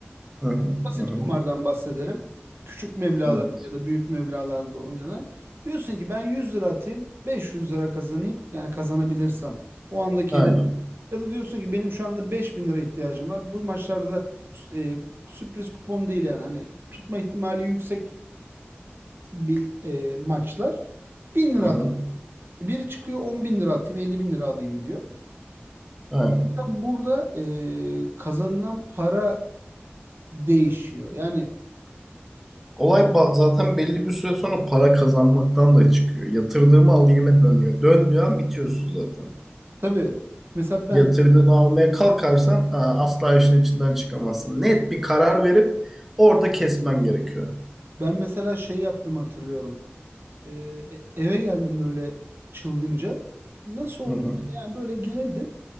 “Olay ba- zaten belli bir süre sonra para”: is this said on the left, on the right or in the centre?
Centre